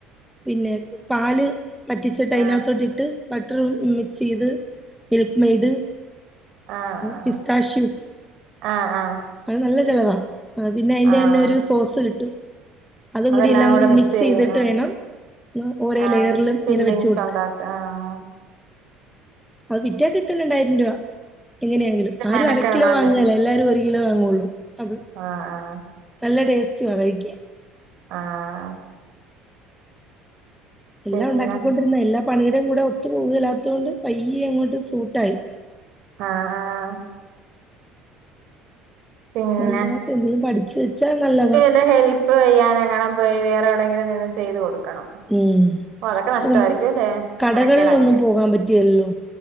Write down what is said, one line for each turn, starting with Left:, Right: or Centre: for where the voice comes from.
Centre: പിന്നെ പാല് പറ്റിച്ചിട്ട് അതിനകത്തോട്ട്
Right: ആഹ്
Centre: ഇട്ട് ബട്ടർ മിക്സ് ചെയ്ത് മിൽക്ക് മെയഡ്
Right: ആഹ് ആഹ്
Centre: പിസ്താശു
Right: ആഹ് ആഹ്
Centre: അത് നല്ല ചെലവാ ആ പിന്നെ അതിന്റെ
Right: ആഹ്
Centre: തന്നെ ഒരു സോസ് കിട്ടും അതും
Right: അതെല്ലാം
Centre: കൂടി എല്ലാം കൂടി
Right: കൂടെ
Centre: മിക്സ്
Right: ചെയ്യും
Centre: ചെയ്തിട്ട്
Right: ആഹ്
Centre: വേണം ഓരോ
Right: ആഹ്
Centre: ലെയറിലും
Right: ഫില്ലിങ്സ്
Centre: ഇങ്ങനെ വെച്ച് കൊടുക്കാൻ
Right: ഉണ്ടാക്ക ആഹ്
Centre: അത് വിറ്റാ കിട്ടും രണ്ടായിരം രൂപ എങ്ങനെയാങ്കിലും
Right: ഇച്ചിരി
Centre: ആരും
Right: മെനക്കെടണം
Centre: അര കിലോ
Right: അല്ലേ
Centre: വാങ്ങുകേല എല്ലാരും ഒരു കിലോ വാങ്ങുള്ളൂ അത്
Right: ആഹ് ആഹ്
Centre: നല്ല ടേസ്റ്റുവാ കഴിക്കാൻ
Right: ആഹ്
Centre: എല്ലാം
Right: പിന്നെ
Centre: ഒണ്ടാക്കിക്കൊണ്ടിരുന്ന എല്ലാ പണിയുടെയും കൂടെ ഒത്തു പൂവെല്ലാത്തോണ്ട് പയ്യെ അങ്ങോട്ട് സൂട്ടായി
Right: ആഹ് ആഹ് പിന്നെ
Centre: നല്ലതായിട്ട് എന്തേലും പഠിച്ചു വെച്ചാ നല്ലതാ
Right: <unintelligible> ഹെൽ പ്പ് ചെയ്യാനങ്ങാണം പോയി വേറെ എവിടേങ്കിലും നിന്ന് ചെയ്ത് കൊടുക്കണം
Centre: ഉം
Right: ഓ അതൊക്കെ
Centre: പക്ഷെ
Right: നഷ്ടമായിരിക്കും
Centre: നമ്മക്ക്
Right: അല്ലേ
Centre: കടകളിലൊന്നും
Right: മെനക്കേടായിരിക്കും
Centre: പോകാൻ പറ്റ്കേലല്ലോ